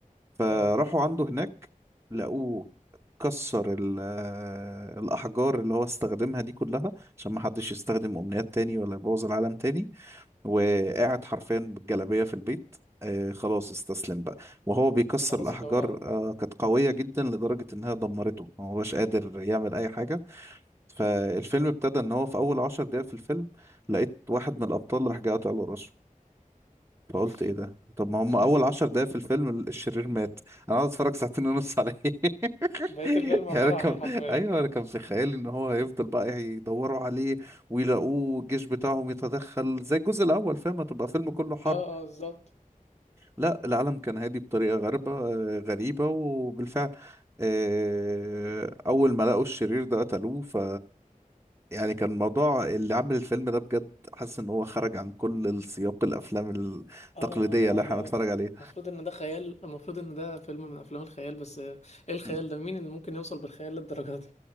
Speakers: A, on the right (about 20°); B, on the left (about 55°).
A: فراحوا
B: اه
A: عنده هناك لقوه كسر ال- آه، الأحجار اللي هو استخدمها دي كلها عشان ما حدش يستخدم أمنيات تاني ولا يبوظ العالم تاني وقاعد حرفيا بالجلابية في البيت آه خلاص استسلم بقى وهو بيكسر
B: خلاص
A: الأحجار
B: اللي هو
A: آه كانت قوية جدا لدرجة إنها دمرته ما هوش قادر يعمل أي حاجة فالفيلم ابتدى إن هو في أول عشر دقايق في الفيلم لقيت واحد من الأبطال راح جاي قاطع له راسه فقلت
B: اوف
A: ايه ده طب ما هم
B: <laughs>
A: اول عشر دقايق في الفيلم الشرير مات انا قاعد اتفرج ساعتين ونص عليه <laughs>
B: بقية الفيلم عبارة
A: يعني انا كم
B: عن ايه حرفيا
A: ايوه انا كان في خيالي ان هو هيفضل بقى يدوروا عليه ويلاقوه الجيش بتاعهم يتدخل زي الجزء الاول فاهم هتبقى فيلم كله حرب
B: اه اه بالظبط
A: لا العالم كان هادي بطريقه غريبه آه، غريبه وبالفعل آه، اول ما لقوا الشرير ده قتلوه ف يعني كان الموضوع اللي عامل الفيلم ده بجد حاسس ان هو خرج عن كل السياق الافلام
B: اه
A: التقليديه
B: آه، ده
A: اللي
B: ده
A: احنا بنتفرج عليها
B: المفروض ان ده خيال المفروض ان ده فيلم من افلام الخيال بس آه، ايه الخيال
A: مم.
B: ده مين اللي ممكن يوصل بالخيال للدرجة دي